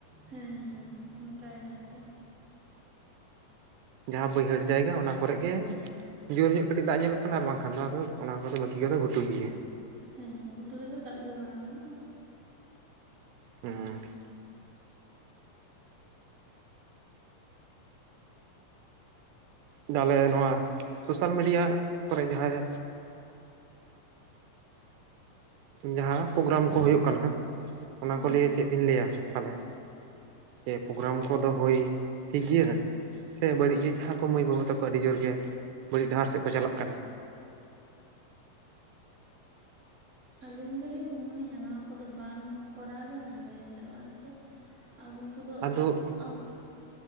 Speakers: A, on the right; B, on the right.
A: ᱦᱮᱸ ᱦᱮᱸ ᱚᱱᱠᱟᱭ ᱫᱟᱭ ᱛᱚ᱾
B: ᱡᱟᱦᱟᱸ ᱵᱟᱹᱭᱦᱟᱹᱲ ᱡᱟᱭᱜᱟ ᱚᱱᱟ ᱠᱚᱨᱮ ᱜᱮ ᱡᱳᱨ ᱧᱚᱜ ᱠᱟᱹᱴᱤᱡ ᱫᱟᱜ ᱧᱮᱞᱚᱜ ᱠᱟᱱᱟ ᱟᱨ ᱵᱟᱝᱠᱷᱟᱱ ᱫᱚ ᱟᱫᱚ ᱚᱱᱟ ᱠᱚᱫᱚ ᱵᱟᱹᱠᱤ ᱠᱚᱫᱚ ᱜᱷᱩᱴᱩ ᱜᱮᱭᱟ᱾
A: ᱦᱮᱸ ᱜᱷᱩᱴᱩ ᱨᱮᱫᱚ ᱫᱟᱜ ᱜᱮ ᱵᱟᱝ ᱞᱟᱜ
B: <unintelligible> ᱛᱟᱦᱚᱞᱮ ᱱᱚᱣᱟ ᱥᱳᱥᱟᱞ ᱢᱤᱰᱤᱭᱟ ᱠᱚᱨᱮ ᱡᱟᱦᱟᱭ ᱡᱟᱦᱟ ᱯᱨᱳᱜᱨᱟᱢ ᱠᱚ ᱦᱳᱭᱳᱜ ᱠᱟᱱᱟ ᱚᱱᱟ
A: ᱦᱮᱸ
B: ᱠᱚ ᱞᱤᱭᱮ ᱪᱮᱫ ᱵᱤᱱ ᱞᱟᱹᱭᱟ ᱛᱟᱦᱚᱞᱮ? ᱡᱮᱹ ᱯᱨᱳᱜᱨᱟᱢ ᱠᱚᱫᱚ ᱦᱳᱭ ᱴᱷᱤᱠ ᱜᱤᱭᱟ᱾ ᱥᱮ ᱵᱟᱹᱲᱤᱡ ᱜᱮ ᱡᱟᱦᱟᱸ ᱠᱚ ᱢᱟᱹᱭ ᱵᱟᱹᱵᱩ ᱛᱟᱠᱚ ᱟᱹᱰᱤ ᱡᱳᱨ ᱜᱮ ᱵᱟᱹᱲᱤᱡ ᱰᱟᱦᱟᱨ ᱥᱮᱫ ᱠᱚ ᱪᱟᱞᱟᱜ ᱠᱟᱱᱟ?
A: ᱟᱹᱞᱤᱧ ᱫᱚᱞᱤᱧ ᱢᱚᱱᱮᱭᱟ ᱱᱚᱣᱟ ᱠᱚᱫᱚ ᱵᱟᱝ ᱠᱚᱨᱟᱣ ᱜᱮ ᱵᱷᱟᱜᱮᱤᱭᱟ ᱪᱮᱫᱟᱜ ᱵᱟᱝ ᱥᱮ, ᱟᱰᱚ ᱠᱩᱫᱚ
B: ᱟᱫᱚ
A: ᱟᱵᱚ